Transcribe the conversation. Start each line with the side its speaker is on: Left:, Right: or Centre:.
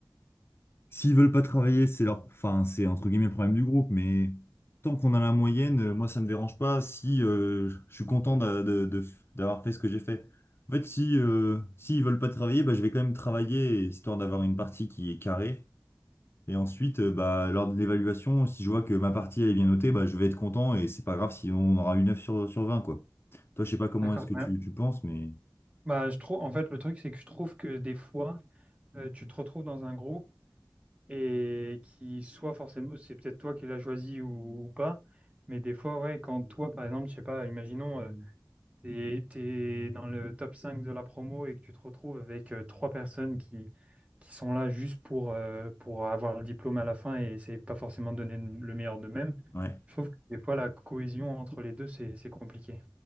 Left: S'ils veulent pas travailler, c'est leur, enfin, c'est entre guillemets le problème du groupe, mais tant qu'on a la moyenne, euh, moi ça me dérange pas si euh, je suis content d'a- de- de- d'avoir fait ce que j'ai fait. En fait, si euh, s'ils veulent pas travailler, bah, je vais quand même travailler histoire d'avoir une partie qui est carrée. Et ensuite, euh, bah, lors de l'évaluation, si je vois que ma partie elle est bien notée, bah, je vais être content et c'est pas grave si on aura une 9 sur, sur 20 quoi. Toi, je sais pas comment
Right: D'accord.
Left: est-ce que
Right: mais-
Left: tu, tu penses, mais
Right: bah, je trouve, en fait, le truc, c'est que je trouve que des fois, euh, tu te retrouves dans un groupe et qui soit forcément, c'est peut-être toi qui l'as choisi ou, ou pas, mais des fois, ouais, quand toi, par exemple, je sais pas, imaginons. t'es, t'es dans le top 5 de la promo et que tu te retrouves avec euh, trois personnes qui, qui sont là juste pour, euh, pour avoir le diplôme à la fin et c'est pas forcément donner le meilleur d'eux-mêmes.
Left: ouais.
Right: Je trouve que des fois, la cohésion entre les deux, c'est, c'est compliqué.